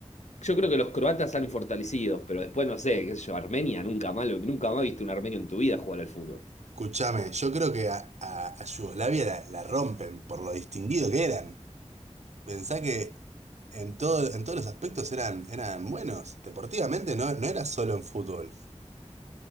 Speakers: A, on the left; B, on the right.
A: Yo creo que los croatas salen fortalecidos, pero después no sé, qué sé yo, Armenia, nunca más, lo- nunca más viste un armenio en tu vida jugar al fútbol.
B: Escuchame, yo creo que a, a- a Yugoslavia la la rompen por lo distinguido que eran. Pensá que en todo, en todos los aspectos eran, eran buenos. Deportivamente no, no era solo en fútbol.